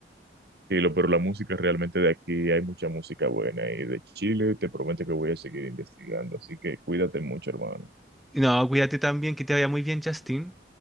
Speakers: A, on the right; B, in the centre.
A: Y lo, pero la música realmente de aquí hay mucha música buena y de Chile te prometo que voy a seguir investigando, así que cuídate mucho, hermano.
B: No, cuídate también, que te vaya muy bien, Justin.